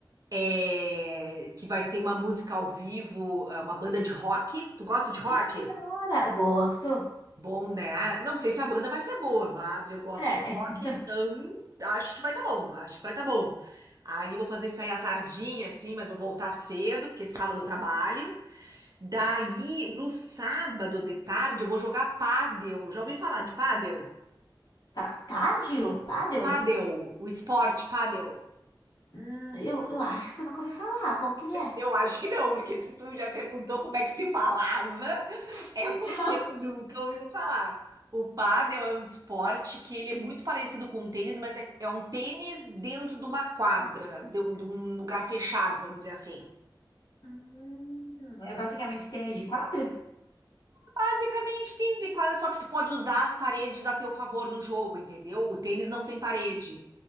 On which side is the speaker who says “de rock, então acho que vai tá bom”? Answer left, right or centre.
Right